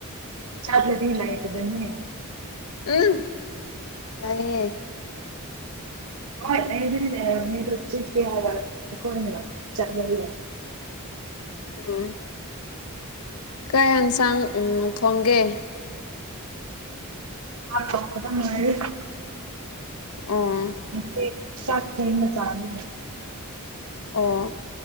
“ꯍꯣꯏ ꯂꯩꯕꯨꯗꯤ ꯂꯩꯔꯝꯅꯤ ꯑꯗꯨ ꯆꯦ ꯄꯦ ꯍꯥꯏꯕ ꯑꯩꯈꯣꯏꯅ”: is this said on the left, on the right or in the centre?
Right